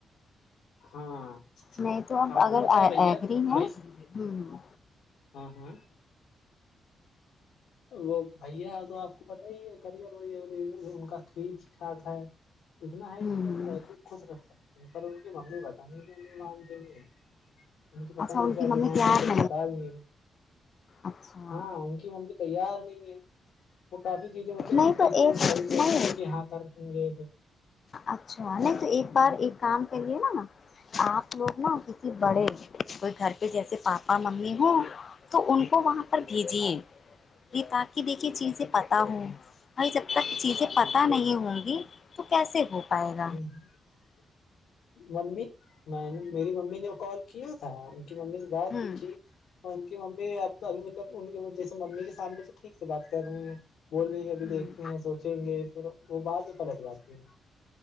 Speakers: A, on the left; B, on the left.
A: ہاں
B: نہیں تو اب
A: آپ
B: اگر
A: کو پتا
B: ایگری
A: ہے بھیا
B: ہیں
A: بھائی
B: ہ
A: ہاں ہاں وہ بھیا تو آپ کو پتا ہی ہے کرئر ان کا کھیل ھاک ہے اتنا ہ
B: ہوں
A: کہ بیٹا
B: ہوں
A: کی لڑکی خوش کرکھ سکتے ہیں پر ان کی ممی بتانے کی ان مانتی نہیں ہے م تو
B: اچھا
A: پتا نہیں
B: ان
A: کیا
B: کی
A: ڈیمانڈ
B: ممی تیار
A: ہے کچھ پتا بھی نہیں
B: اچھا
A: ہاں ان کی ممی بھی تیار نہیں ہے وہ کافی چیزیں مطلب
B: نہیں
A: کیسے
B: تو ایک
A: کبھی بولتی
B: نہیں
A: ہیں کہ ہاں کر ج <unintelligible>
B: اچھا نہیں تو ایک بار کام کریے نا نا آپ لوگ نا کسی بڑے کوئی گھر پہ جیسے پاپا ممی ہوں تو ان کو وہاں پر بھیجیے ریتا کیی دیکھی چیزیں پتہ ہوں بھائی جب تک چیزیں پتہ نہیں ہوں گی تو کیسے م پائے گ <unintelligible>
A: ہ <inaudible> ممی میں نے میری ممی نے کال کیا تھا ان کی ممی سے بات
B: ہوں
A: بھی کی اور ان کی ممی اب تو ابھی مطلب ان کی جیسے ممی کے سامنے تو ٹھیک سے بات کر رہی ہیں بول رہی ہے ابھی
B: ہوں
A: دیکھتے ہیں سوچیں گے پھر وہ بعد میں پلت جاتے ہیں